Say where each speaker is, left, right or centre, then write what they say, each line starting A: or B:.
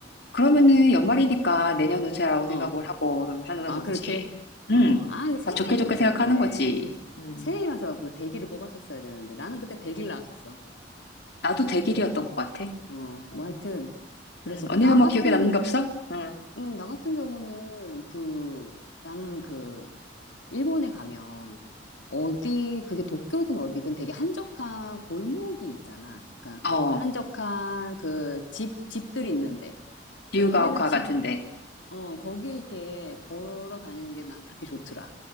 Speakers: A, on the left (about 60°); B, on the left (about 85°).
A: 그러면은 연말이니까 내년 운세라고 생각을
B: <laughs>
A: 하고 하는
B: 아,
A: 거지.
B: 그렇게?
A: 응.
B: 어, 아, 새해
A: 다 좋게 좋게
B: 가야
A: 생각하는
B: 되는데.
A: 거지. 응.
B: 새해 가서 그 대기를 뽑았었어야 되는데. 나는 그때 대기를 나왔었어.
A: 나도 대길이었던 것 같아.
B: 어, 뭐
A: 응.
B: 하여튼. 그래서
A: 응. 언니는
B: 그 나
A: 뭐
B: 같은,
A: 기억에 남는 게 없어? 응.
B: 음, 나 같은 경우는 그, 나는 그, 일본에 가면 어디, 그게 도쿄든 어디든 되게 한적한 골목이 있잖아. 그러니까
A: 어.
B: 한적한 그 집, 집들이 있는데.
A: 기우가오카
B: 그러니까 걔네는 집,
A: 같은데.
B: 어, 거기 이렇게 걸어 다니는 게 난 그렇게 좋더라.